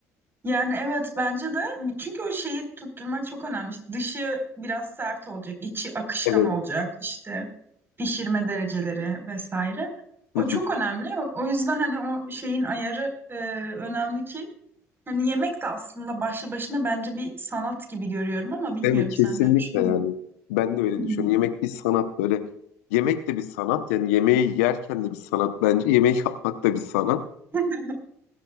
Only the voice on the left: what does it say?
Evet.
<laughs>
Değil mi? Kesinlikle
yani.
Ben de öyle
düşünüyorum. Yemek bir sanat böyle. Yemek de bir sanat. Yani yemeği yerken de bir sanat bence. Yemek yapmak da bir sanat.